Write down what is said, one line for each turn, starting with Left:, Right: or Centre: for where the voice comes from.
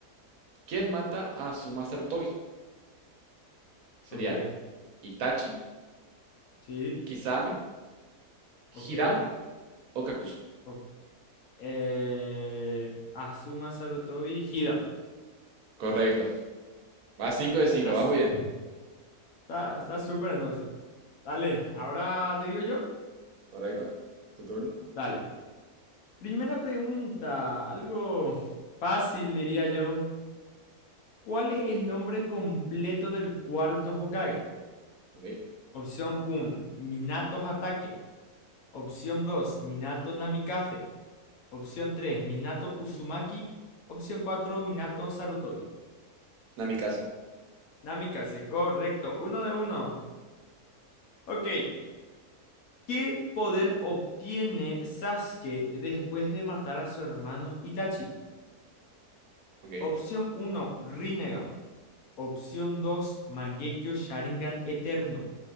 Right: ¿quién mata a Suma Sarutobi? ¿Sería
Left: Ok,
Right: Itachi,
Left: sí,
Right: Kisame,
Left: ok.
Right: Hiram o Kakuzu?
Left: o- eh, Azuma Sarutobi Hidan.
Right: Correcto. Va 5 de
Left: Estás,
Right: 5, vamos bien.
Left: está, está súper entonces. Dale, ahora te digo yo.
Right: Correcto. ¿Tu turno?
Left: Dale. Primera pregunta, algo fácil diría yo. ¿Cuál es el nombre completo del cuarto Hokage?
Right: Ok,
Left: Opción uno, Minato Hatake. Opción 2, Minato Namikaze. Opción 3 Minato Uzumaki. Opción 4 Minato Sarutobi.
Right: Namikaze.
Left: Namikaze, correcto. Uno de uno. Ok. ¿Qué poder obtiene Sasuke después de matar a su hermano Itachi?
Right: ok.
Left: Opción uno Rinnegan. Opción 2 Mangekyo Sharingan Eterno.